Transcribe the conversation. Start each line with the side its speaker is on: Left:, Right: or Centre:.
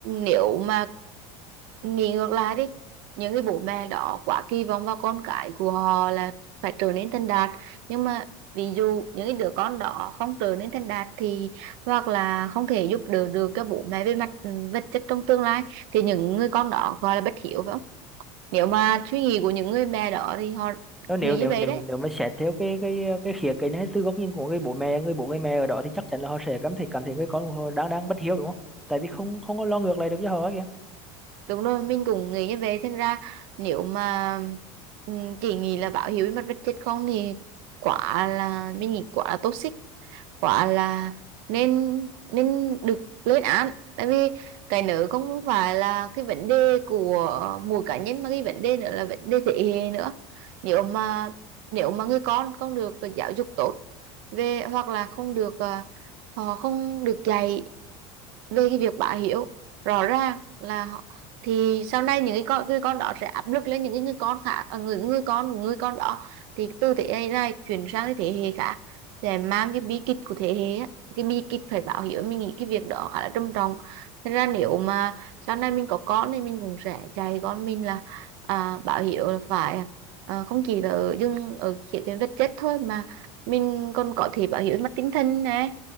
Right: nếu mà nghĩ ngược lại đi những cái bố mẹ đó quá kỳ vọng vào con cái của họ là phải trở nên thành đạt nhưng mà ví dụ những cái đứa con đó không trở nên thành đạt thì hoặc là không thể giúp đỡ được các bố mẹ về mặt ừ, vật chất trong tương lai thì những người con đó gọi là bất hiếu phải không nếu mà suy nghĩ của những người mẹ đó thì họ
Centre: nếu nếu
Right: nghĩ
Centre: nếu
Right: như vậy
Centre: nếu
Right: đấy
Centre: nếu mà xét theo cái cái cái khía cạnh hay từ góc nhìn của người bố mẹ người bố người mẹ ở đó thì chắc chắn là họ sẽ cảm thấy cảm thấy người con của họ đang đang bất hiếu đúng không tại vì không không có lo ngược lại được cho họ kìa
Right: Đúng rồi, mình cũng nghĩ như vậy. Thành ra nếu mà ừm, chỉ nghĩ là báo hiếu với mặt vật chất không thì quả là mình nghĩ quả là toxic, quả là nên nên được lên án. Tại vì cái nữa không phải là cái vấn đề của mỗi cá nhân mà cái vấn đề nữa là vấn đề thế hệ nữa. Nếu mà nếu mà người con không được giáo dục tốt về hoặc là không được à, họ không được dạy về cái việc bá hiếu rõ ràng là họ- thì sau này những cái con người con đó sẽ áp lực lên những cái người con khác à, người người con của người con đó thì từ thế hệ này chuyển sang cái thế hệ khác sẽ mang cái bi kịch của thế hệ á. cái bi kịch phải báo hiếu mình nghĩ cái việc đó khá là trầm trọng nên ra nếu mà sau này mình có con thì mình cũng sẽ dạy con mình là à, báo hiếu là phải à, không chỉ là ở dừng ở khía cạnh vật chất thôi mà mình còn có thể báo hiếu mặt tinh thần này